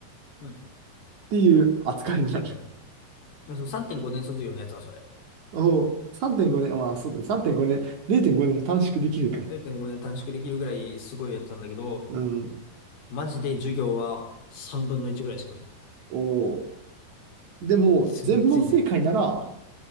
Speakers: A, on the left; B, on the right.
A: うん
B: ていう扱いになる。
A: なんだう。だからその3.5年卒業のやつはそれ。
B: おお、3.5年、まあそうだね、3.5年、0.5年も短縮できるから。
A: 0.5年短縮できるぐらいすごいやつなんだけど、
B: うん。
A: マジで授業は3分の1ぐらいしか見ない。
B: おお。でも、
A: 全然いない。
B: 全問正解なら